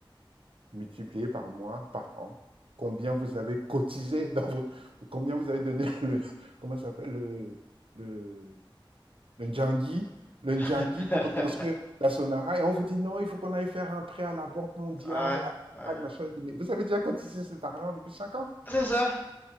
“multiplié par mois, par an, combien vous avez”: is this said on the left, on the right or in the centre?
Right